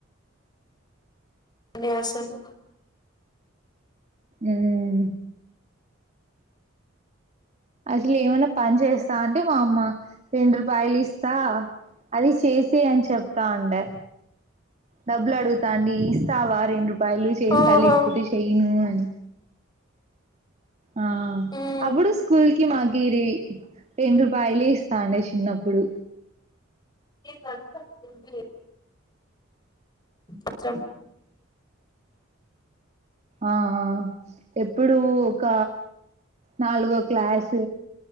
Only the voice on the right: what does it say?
ఉమ్ అసలు ఏమైనా పని చేస్తా అంటే మా అమ్మ రెండు రూపాయలు ఇస్తా అది చేసేయే అని చెప్తండే డబ్బులు అడుగుతా అండి ఇస్తావా రెండు రూపాయలు చేస్తా
లేకపోతే చెయను అని ఆహ
అప్పుడు స్కూల్కి మాకిరివి రెండు రూపాయలు ఇస్తా అండి షిన్నప్పుడు
ఆ ఆ ఎప్పుడు ఒక నాలుగో క్లాస్